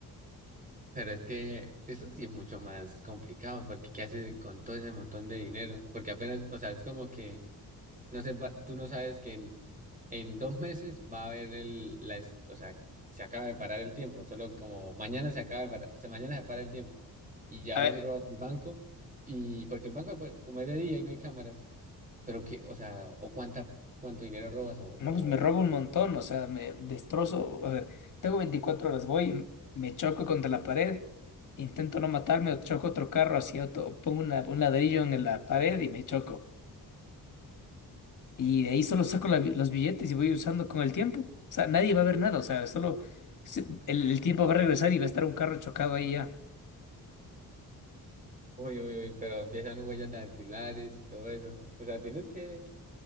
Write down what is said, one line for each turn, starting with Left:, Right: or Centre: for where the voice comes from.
Right: Pero es que eso sí es mucho más complicado, porque ¿qué haces con todo ese montón de dinero? Porque apenas, o sea, es como que, no sé, pa- tú no sabes que en, en dos meses va a haber el, la, es- o sea, se acaba de parar el tiempo, solo como mañana se acaba de parar, o sea, mañana se para el tiempo, y ya
Left: A
Right: vas
Left: ver,
Right: y robas el banco, y porque el banco, pues, como es de día y no hay cámaras, pero que, o sea, o cuánta, cuánto dinero robas, o,
Left: no,
Right: o,
Left: pues me robo un montón, o sea, me destrozo. A ver, tengo 24 horas, voy, me choco contra la pared, intento no matarme o choco otro carro así, auto, o pongo una- un ladrillo en la pared y me choco. Y de ahí solo saco la bi- los billetes y voy usando con el tiempo. O sea, nadie va a ver nada, o sea, solo se- el, el tiempo va a regresar y va a estar un carro chocado ahí ya.
Right: uy, uy, uy, pero empiezan huellas dactilares y todo eso, o sea, tienes que...